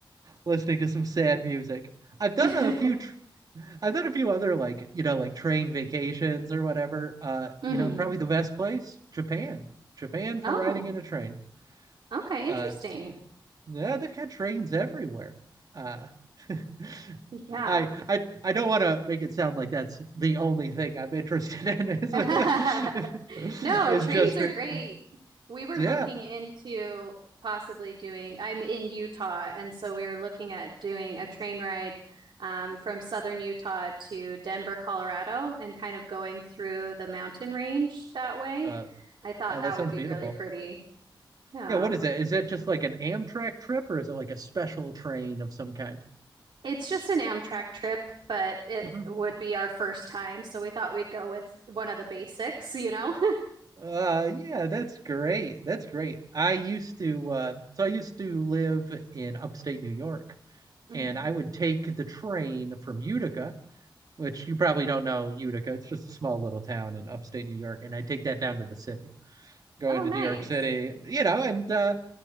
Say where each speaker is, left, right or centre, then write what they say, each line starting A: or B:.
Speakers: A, on the right; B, on the right.
A: listening to some sad music. I've done
B: <laughs>
A: a few tr- I've done a few other like, you know, like train vacations or whatever. Uh,
B: hmm
A: you know, probably the best place, Japan. Japan for
B: Oh,
A: riding in a train.
B: okay.
A: Uh,
B: Interesting.
A: yeah, they've got trains everywhere. Uh, <laughs>
B: Yeah.
A: I I I don't want to make it sound like that's the only thing I'm interested in is
B: <laughs> No,
A: <laughs> is
B: trains
A: just trains.
B: are great. We were
A: Yeah.
B: looking into possibly doing, I'm in Utah, and so we were looking at doing a train ride um, from southern Utah to Denver, Colorado, and kind of going through the mountain range that way.
A: Uh,
B: I thought
A: uh,
B: that
A: that sounds
B: would be
A: beautiful.
B: really pretty. Yeah.
A: Yeah, what is that? Is that just like an Amtrak trip or is it like a special train of some kind?
B: It's just an Amtrak trip, but it
A: Mhm.
B: would be our first time, so we thought we'd go with one of the basics, you know?
A: Uh yeah, that's great. That's great. I used to uh so I used to live in upstate New York
B: <laughs>
A: and
B: hmm
A: I would take the train from Utica, which you probably don't know Utica. It's just a small little town in upstate New York and I'd take that down to the city. Go
B: Oh,
A: into
B: nice.
A: New York City, you know, and uh